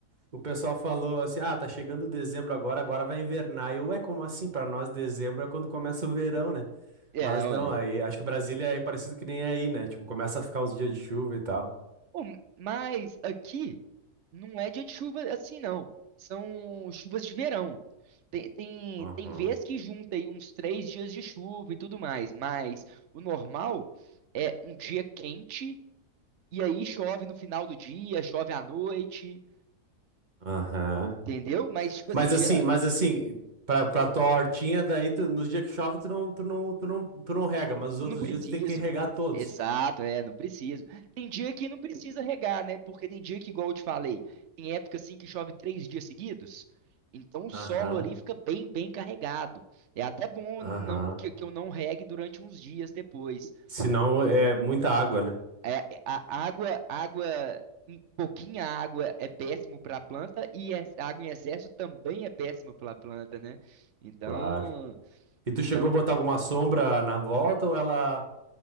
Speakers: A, on the right; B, on the right.
A: O pessoal falou assim: ah, tá chegando dezembro agora, agora vai invernar. Eu, é como assim? Para nós, dezembro é quando começa o verão, né?
B: É,
A: Mas
B: ué.
A: não, aí acho que Brasília é parecido que nem aí, né? Tipo, começa a ficar uns dias de chuva e tal.
B: Pô, mas aqui não é dia de chuva assim, não. São chuvas de verão. Tem, tem,
A: Aham.
B: tem vez que junta aí uns três dias de chuva e tudo mais, mas o normal é um dia quente e aí chove no final do dia, chove à noite,
A: Aham.
B: entendeu? Mas, tipo assim,
A: Mas
B: gera-
A: assim, mas assim, pra, pra tua hortinha, daí tu- nos dias que chove, tu não, tu não, tu não, tu não rega, mas os outros
B: Não preciso.
A: dias tu tem que regar todos.
B: Exato, é, não preciso. Tem dia que não precisa regar, né? Porque tem dia que, igual eu te falei, tem época assim que chove três dias seguidos. Então o
A: Aham,
B: solo ali fica bem, bem carregado. É até bom
A: aham.
B: não que, que eu não regue durante uns dias depois.
A: Senão é muita água, né?
B: É, a água, água, em- pouquinha água é péssimo para a planta e a água em excesso também é péssimo para a planta, né? Então,
A: Claro. E tu
B: então
A: chegou a botar alguma sombra na volta ou ela.